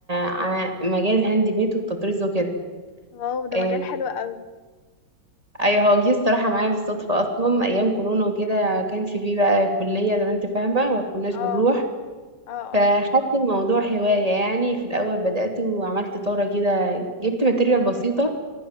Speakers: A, on the right; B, on the left.
A: على مجال الهاند ميد والتطريز وكده
B: واو ده
A: آه،
B: مجال حلو قوي
A: ايوه هو جه الصراحه معايا بالصدفه اصلا ايام كورونا وكده كانش فيه بقى كليه زي ما انت فاهمه وما كناش
B: اه
A: بنروح
B: اه
A: فخدت
B: اه
A: الموضوع هوايه يعني في الاول بدات وعملت طاره كده جبت ماتيريال بسيطه